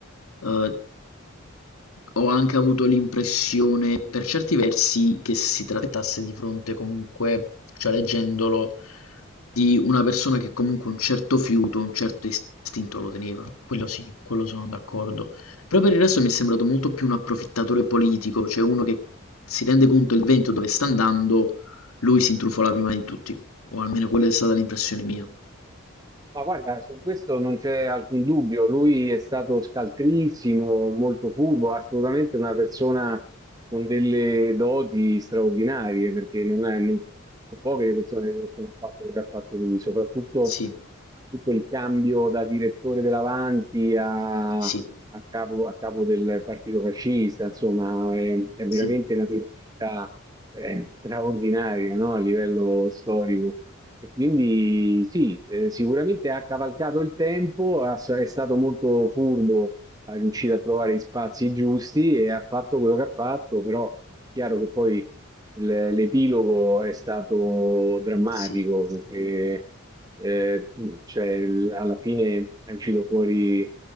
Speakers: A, on the left; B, on the right.
A: eh, ho anche avuto l'impressione per certi versi che si trattasse di fronte comunque, cioè leggendolo, di una persona che comunque un certo fiuto, un certo istinto lo teneva. Quello sì, quello sono d'accordo. Però per il resto mi è sembrato molto più un approfittatore politico, cioè uno che si rende conto il vento dove sta andando, lui si intrufola prima di tutti, o almeno quella è stata l'impressione mia.
B: Ma guarda, su questo non c'è alcun dubbio, lui è stato scaltrissimo, molto furbo, assolutamente una persona con delle doti straordinarie, perché non è, non- sono poche le persone che hanno fatto quello che ha fatto lui, soprattutto
A: Sì,
B: tutto il cambio da direttore dell'Avanti a,
A: sì,
B: a capo, a capo del partito fascista, insomma, è, è veramente
A: sì,
B: una Sì. tremenda eh, straordinaria, no? A livello storico. E quindi sì, eh, sicuramente ha cavalcato il tempo, ha- è stato molto furbo, ha riuscito a trovare gli spazi giusti e ha fatto quello che ha fatto, però è chiaro che poi l- l'epilogo è stato drammatico
A: sì,
B: perché eh, tu- cioè, l- alla fine è uscito fuori